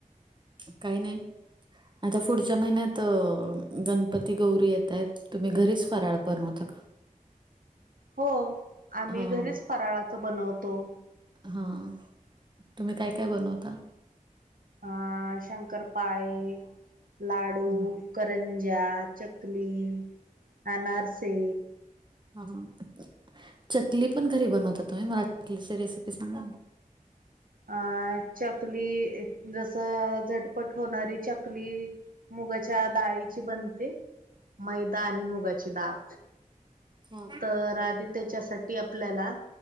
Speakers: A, on the right; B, on the right.
A: काही नाही. आता पुढच्या महिन्यात गणपती गौरी येत आहेत. तुम्ही घरीच फराळ बनवता का?
B: हो आम्ही
A: हां,
B: घरीच फराळाचं बनवतो.
A: हां तुम्ही काय काय बनवता?
B: अ शंकरपाळे, लाडू
A: हं,
B: करंज्या, चकली, अनारसे
A: ह, ह.. चकली पण घरी बनवता तुम्हीं? मला चकलीची रेसिपी सांगा ना.
B: अ चकली जसं झटपट होणारी, चकली. मुगाच्या डाळीची बनते, मैदा आणि मुगाची डाळ.
A: हा
B: तर आधी त्याच्यासाठी आपल्याला